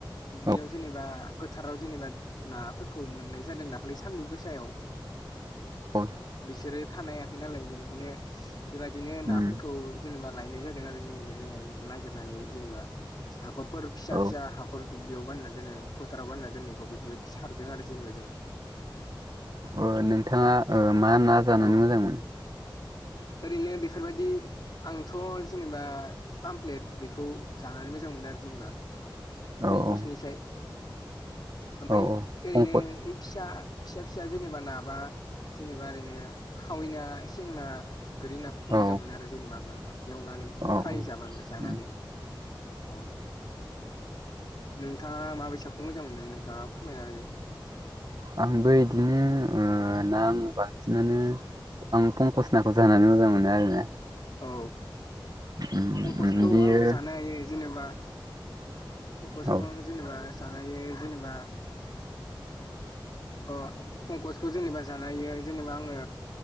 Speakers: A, on the left; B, on the right.
A: दुब्लियाव
B: औ
A: जेनेबा फोथाराव जेनेबा नाफोरखौ मोननाय जादों दाख्लै सानदुं गोसायाव।
B: औ
A: बिसोरो थानो हायाखै नालाय बेनिखायनो बेबायदिनो नाफोरखौ
B: उम
A: जेनेबा लायनाय जादों आरो जेनेबा जोङो नागिरनानै जेनेबा हाखरफोर फिसा
B: औ
A: फिसा हा खर दुब्लियाव बाननानै दोनो फोथाराव बानना दोन्नायखौ बेफोरबायदि सारदों आरो जेनेबा जों।
B: औ नोंथाङा ऐ मा ना जानानै
A: औ
B: मोजां मोनो?
A: ओरैनो बेफोरबायदि आंथ' जेनेबा पामप्लेट बेखौ जानानै मोजां मोनो आरो जेनेबा। फंखसनिसाय
B: औ औ
A: ओमफाय
B: औ औ
A: ओरैनो
B: कंकड
A: ओइ फिसा फिसा फिसा जेनेबा नाबा जेनेबा ओरैनो खावैना सेंना गोरि नाफोरखौ मोजां
B: औ
A: मोनो आरो जेनेबा आं नोंथां एवनानै।
B: औ
A: खाय जाब जानानै
B: उम
A: औ नोंथाङा माबायसाखौ मोजां मोनो नोंथाङा फोरमायना
B: आंबो इदिनो ना बांसिनानो आं पंकस नाखौ जानानै मोजां मोनो आरोना।
A: औ
B: उम
A: पंकसखौ
B: उम बियो
A: आङो जानो हायो जेनेबा फंकसखौ
B: औ
A: आं जेनेबा जानाय जेनेबा अ पंकसखौ जेनेबा जानाय जेनेबा आङो